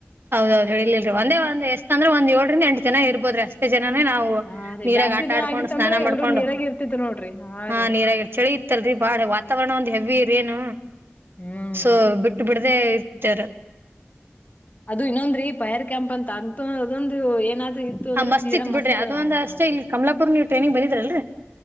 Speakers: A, on the right (about 55°); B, on the left (about 35°).
A: ಹೌದೌದು ಹೇಳ ಇಲ್ರಿೀ ಒಂದ ಎಷ್ಟ ಅಂದ್ರ ಒಂದ ಏಡ್ರಿಂದ ಎಂಟ ಜನ ಇರ್ಬೋದ್ರಿ ಅಷ್ಟೇ ಜನೇ ನಾವು
B: ಹಾ ರೀ
A: ನೀರಾಗ
B: ಬ್ಯಾಸಿಗೆ
A: ಆಟ
B: ದಿನ
A: ಆಡ್ಕೊಂಡು
B: ಆಗಿತ್ತಂದ್ರ
A: ಸ್ನಾನ ಮಾಡ್ಕೊಂಡು
B: ಎಲ್ರೂ ನೀರಾಗ ಇರ್ತಿದ್ರು ನೋಡ್ರಿ ಹಾ
A: ಹ
B: ರೀ
A: ನೀರಾಗಿ ಚಳಿ ಇ ಲ್ರಿ ಬಾಳ ವಾತಾವರಣ ಒಂದ ಹೆವಿ ರ ಏನು
B: ಹ್ಮನ್ರಿ
A: ಸೊ ಬಿಟ್ಟು ಬಿಡ್ ಅೇ ಉತ್ತರ
B: ಅದು ಇನ್ನೊಂದ್ರೀ ಪೈರ್ ಕ್ಯಾಂಪ್ ಅಂತ ಅಂತ ಅದೊಂದು ಏನಾದ ಇತ್ತು ಅಂದ್ರೆ
A: ಹಾ
B: ತೀರಾ
A: ಇತ್
B: ಮಸ್ತ್
A: ಬಿಡ್ರಿ ಅದು ಒಂದ
B: ಯಾತದ
A: ಅಷ್ಟೇ ಇಲ್ಲಿ ಕಮಲಾಪುರ್ ನೀವು ಟ್ರೈನಿಂಗ್ ಬಂದಿದ್ರಲ್ರರಿ